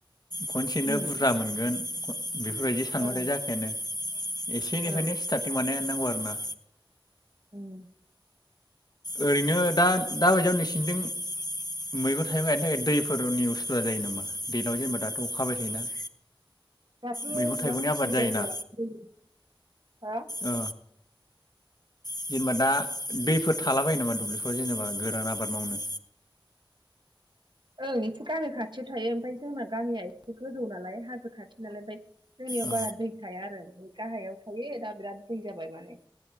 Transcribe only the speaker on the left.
खनसेनो
बुरजा मोनगोन ख बेफोरबायदि सानबाथाय
जाखायानो एसेनिफ्रायनो
स्टारटिं माने नांगौ आरो ना
ओरैनो दा दा बायदियाव नोंसिनिथिं मैगं थाइगं गायनो थाखाय दैफोरनि उसुबिदा जायो नामा दैलांआव जेनेबा दाथ' अखा हाबाय थायोना।
मैगं
थाइगंनि
आबाद जायोना
ओ जेनेबा दा दैफो थाला बायो नामा दुब्लिफोराव जेनेबा गोरान आबाद मावनो
औ